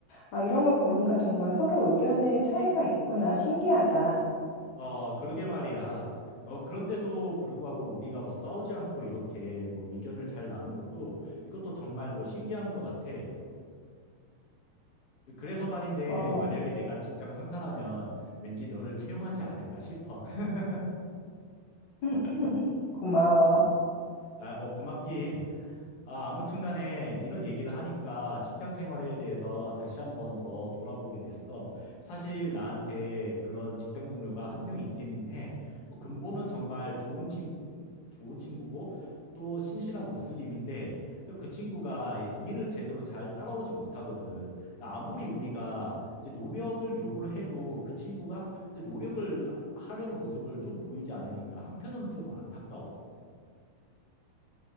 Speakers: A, on the left; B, on the left.
A: 아, 이런 걸 보니까 정말 서로 의견의 차이가 있구나. 신기하다.
B: 어, 그러게 말이야. 어, 그런데도 불구하고 우리가 뭐 싸우지 않고 이렇게 뭐 의견을 잘 나눈 것도 이것도 정말 뭐 신기한 것 같아. 그래서 말인데
A: 어,
B: 만약에 내가 직장 상사라면 왠지 너를 채용하지 않을까 싶어. <laughs>
A: <clears throat> <laughs> 고마워.
B: 아, 뭐 고맙긴. 아, 아무튼 간에 이런 얘기를 하니까 직장 생활에 대해서 다시 한번 더 돌아보게 됐어. 사실 나한테 그런 직장 동료가 한 명 있기는 해. 뭐 근본은 정말 좋은 친구 좋은 친구고 또 신실한 무슬림인데 그 친구가 일을 제대로 잘 따라오지 못하거든. 아무리 우리가 이제 노력을 요구를 해도 그 친구가 이제 노력을 하려는 모습을 좀 보이지 않으니까 한편으로는 좀 안타까워.